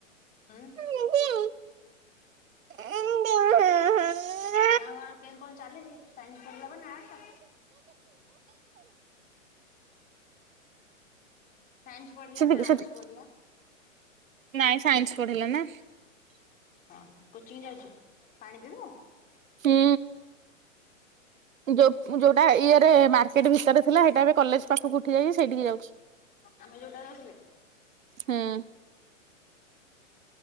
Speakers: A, on the left; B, on the right.
A: ହୁଁ ଆଉ
B: <unintelligible> <unintelligible>
A: ତା ଘ କେନ୍ତି କଣ ଚାଲିଛି? ସାଇନ୍ସ ପଢିଲା ବା ନା ଆସ? ସାଇନ୍ସ ପଢଡ଼ିଲା
B: ସେତିକି
A: ନା ଆର୍ଟସ୍
B: ସେତିକି
A: ପଢ଼ିଲା?
B: ନାଇଁ ସାଇନ୍ସ ପଢିଲା ନା
A: ହଁ କୋଚିଂ ଯାଉଛୁ ପାଣି ପିଇବୁ?
B: ହୁଁ। ଯୋଉ ଯୋଉଟା ଇଏରେ ମାର୍କେଟ ଭିତରେ ଥିଲା ସେଇଟା ଏବେ କଲେଜ ପାଖକୁ ଉଠି ଯାଇକି ସେଇଠିକି ଯାଉଚି।
A: ଆମେ ଯୋଉଟାରେ ରହୁଥିଲେ।
B: ହୁଁ।
A: <unintelligible>